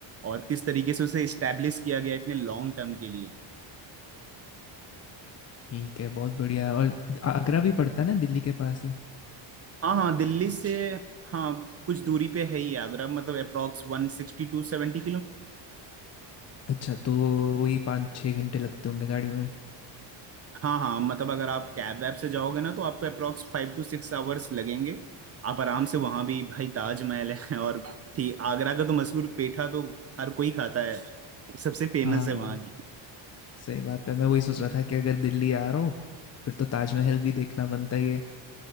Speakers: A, on the right; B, on the left.
A: और किस तरीके से उसे इस्टेब्लिश किया गया इतने लॉन्ग टर्म के लिए
B: ठीक है बहुत बढ़िया है और आ- आगरा भी पड़ता है ना दिल्ली के पास ही
A: हाँ हाँ दिल्ली से हाँ कुछ दूरी पे है ही आगरा मतलब अप्रोक्स वन सिक्सटी टू सेवेंटी
B: अच्छा तो वही पाँच छः घंटे लगते होंगे गाड़ी में
A: हाँ हाँ मतलब अगर आप कैब वैब से जाओगे ना तो आपको अप्रोक्स फाइव टू सिक्स आवर्स लगेंगे आप आराम से वहां भी भाई ताजमहल है <laughs> और ठीक आगरा का तो मशहूर पेठा तो हर कोई खाता है सबसे फेमस
B: हाँ
A: है वहां की
B: सही बात है मैं वही सोच रहा था कि अगर दिल्ली आ रहा हूँ फिर तो ताजमहल भी देखना बनता ही है